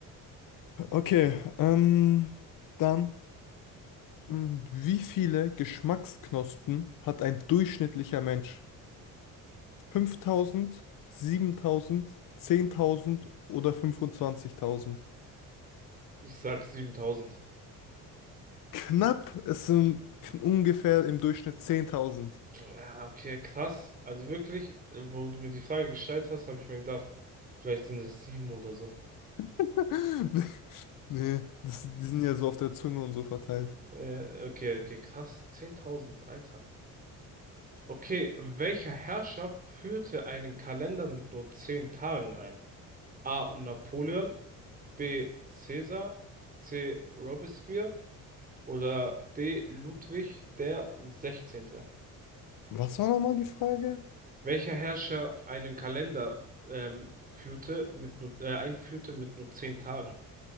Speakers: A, on the left; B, on the right.
A: Okay, ähm, dann, mh, wie viele Geschmacksknospen hat ein durchschnittlicher Mensch? 5000, 7000, 10.000 oder 25.000?
B: ich sag 7000.
A: Knapp, es sind kn- ungefähr im Durchschnitt 10.000.
B: Ja, okay, krass. Also wirklich, wo du mir die Frage gestellt hast, habe ich mir gedacht, vielleicht sind es sieben oder so.
A: <laughs> Nee, das, die sind ja so auf der Zunge und so verteilt.
B: Äh, okay, okay, krass. zehntausend Alter. Okay, welcher Herrscher führte einen Kalender mit nur zehn Tagen ein? A. Napoleon, B. Caesar, C. Robespierre oder D. Ludwig der Sechzehnte?
A: Was war nochmal die Frage?
B: Welcher Herrscher einen Kalender ähm, führte mit nur, äh, einführte mit nur zehn Tagen?